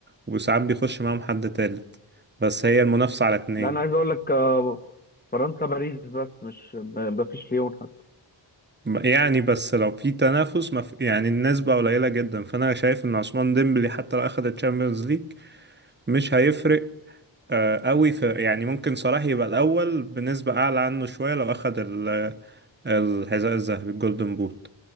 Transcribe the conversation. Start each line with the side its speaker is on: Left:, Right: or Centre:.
Right: وساعات بيخش معاهم حد تالت بس هي المنافسة على اتنين
Left: ده انا عايز اقول لك آه، فرنسا باريس بس مش ما فيش ليون حتى
Right: يعني بس لو في تنافس ما في يعني النسبة قليلة جدا فأنا شايف إن عثمان ديمبلي حتى لو أخد الشامبيونز ليج مش هيفرق آه، قوي في يعني ممكن صلاح يبقى الأول بنسبة أعلى عنه شوية لو أخد ال- الحذاء الذهبي الجولدن بوت